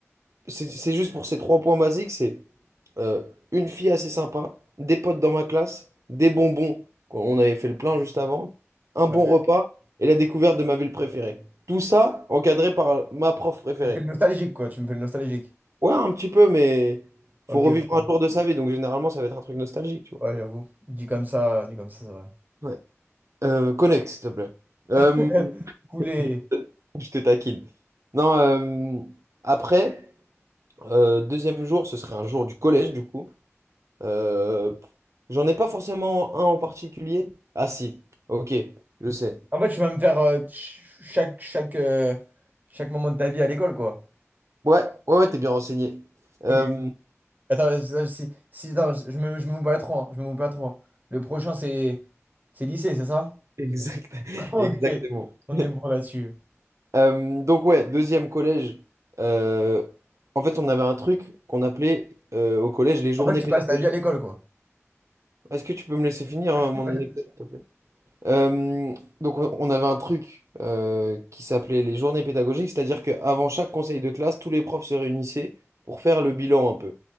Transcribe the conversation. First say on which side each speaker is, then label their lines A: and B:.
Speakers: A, on the right (about 75°); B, on the right (about 35°).
A: C'est c'est juste pour ces trois points basiques, c'est euh, une fille assez sympa, des potes dans ma classe, des bonbons, quoi, on avait fait le plein juste avant, un
B: Ouais.
A: bon repas et la découverte de ma ville préférée. Tout ça encadré par ma prof préférée.
B: Tu me fais le nostalgique, quoi. Tu me fais le nostalgique.
A: Ouais, un petit peu, mais
B: Ok,
A: faut revivre
B: ok.
A: un jour de sa vie, donc généralement ça va être un truc nostalgique, tu vois.
B: ouais, j'avoue. Dit comme ça, dit comme ça, c'est vrai.
A: Ouais. Euh, connect, s'il te plaît. Euh,
B: <laughs> Couler.
A: <laughs> je te taquine. Non, euh, après, euh, deuxième jour, ce serait un jour du collège, du coup. Euh, j'en ai pas forcément un en particulier. Ah si, ok, je sais.
B: En fait, tu vas me faire euh, ch- chaque, chaque, euh, chaque moment de ta vie à l'école, quoi.
A: Ouais, ouais, ouais, t'es bien renseigné. Euh,
B: Ok. Attends, si, si- si- non, je me, je me mouille pas trop, hein, je me mouille pas trop. hein. Le prochain, c'est c'est lycée, c'est ça?
A: exact, <laughs>
B: <laughs> Ok,
A: exactement.
B: on
A: <laughs>
B: est bon là-dessus.
A: Euh, donc ouais, deuxième collège. euh, en fait, on avait un truc qu'on appelait euh, au collège les journées
B: En fait, tu
A: pédagogiques.
B: passes ta vie à l'école, quoi.
A: Est-ce que tu peux me laisser finir
B: <laughs>
A: euh, mon anecdote, s'il te plaît? Euh, donc on on avait un truc euh, qui s'appelait les journées pédagogiques, c'est-à-dire qu'avant chaque conseil de classe, tous les profs se réunissaient pour faire le bilan un peu.